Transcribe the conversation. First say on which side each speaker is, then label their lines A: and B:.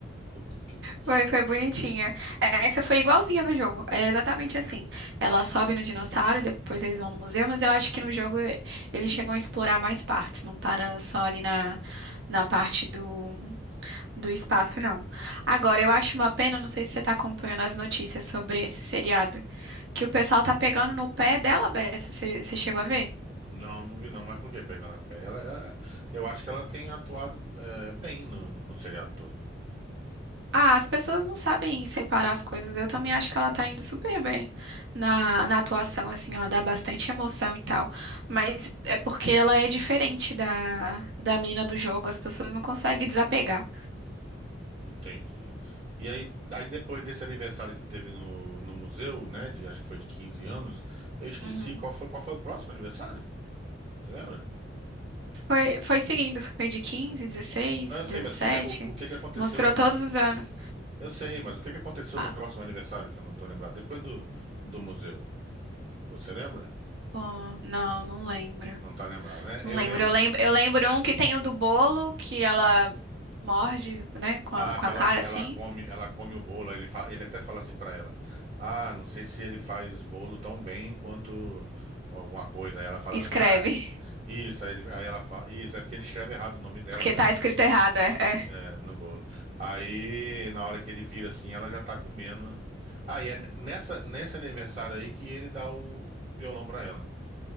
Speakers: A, on the right (about 35°); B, on the right (about 65°).
A: O que, que, que você
B: foi,
A: achou?
B: foi bonitinha. É, Essa foi igualzinha no jogo, é exatamente assim. Ela sobe no dinossauro e depois eles vão no museu, mas eu acho que no jogo eles chegam a explorar mais partes, não para só ali na, na parte do, do espaço, não. Agora, eu acho uma pena, não sei se você tá acompanhando as notícias sobre esse seriado, que o pessoal tá pegando no pé dela, Bessa, você você chegou a ver?
A: Não, não vi não, mas por que pegando a pé? Ela, ela- eu acho que ela tem atuado é, bem no, no seriado todo.
B: Ah, as pessoas não sabem separar as coisas. Eu também acho que ela tá indo super bem na, na atuação, assim, ela dá bastante emoção e tal. Mas é porque ela é diferente da, da menina do jogo, as pessoas não conseguem desapegar.
A: Entendi. E aí, daí depois desse aniversário que teve no, no museu, né? De, acho que foi de 15 anos, eu esqueci
B: Uhum.
A: qual foi, qual foi o próximo aniversário? Você lembra?
B: Foi, foi seguindo, foi de 15, 16,
A: Não, eu sei,
B: 17,
A: mas o que que, o, o que que aconteceu
B: mostrou
A: no.
B: todos os anos.
A: Eu sei, mas o que que aconteceu
B: Ah,
A: no próximo aniversário que eu não tô lembrado? Depois do, do museu. Você lembra?
B: pô, não, não lembro.
A: Não tá lembrado, né?
B: Não
A: Eu
B: lembro.
A: lembro,
B: Eu lembro, eu lembro um que tem o do bolo, que ela morde, né, com
A: Ah,
B: a, com
A: que
B: a
A: ela,
B: cara
A: ela
B: assim,
A: come, ela come o bolo. aí Ele fala, ele até fala assim pra ela: Ah, não sei se ele faz bolo tão bem quanto alguma coisa. Aí ela fala
B: e
A: assim:
B: escreve.
A: Ah,
B: <laughs>
A: isso. Aí, ele, aí ela fala: Isso é porque ele escreve errado o nome dela,
B: Porque
A: né?
B: tá escrito errado, é. é.
A: É, no bolo. Aí na hora que ele vira assim, ela já tá comendo. Ah, e é nessa nesse aniversário aí que ele dá o violão pra ela,